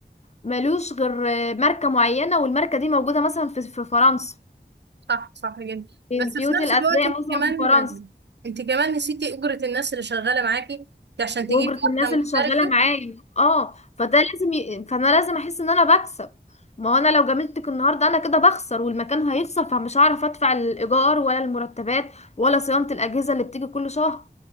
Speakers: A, on the left; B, on the right.
A: ملوش غير آه، ماركة معينة والماركة دي موجودة مثلا في في فرنسا
B: صح صح جدا
A: من
B: بس
A: بيوت
B: في
A: الأثرياء
B: نفس الوقت أنت
A: مثلا
B: كمان
A: في فرنسا
B: أنت كمان نسيتي أجرة الناس اللي شغالة معاكي ده عشان
A: وأجرة
B: تجيبي واحدة
A: الناس اللي
B: محترفة
A: شغالة معايا اه فده لازم ي... فأنا لازم أحس إن أنا بكسب ما هو أنا لو جاملتك النهاردة أنا كده بخسر والمكان هيخسر فمش هعرف أدفع الإيجار ولا المرتبات ولا صيانة الأجهزة اللي بتيجي كل شهر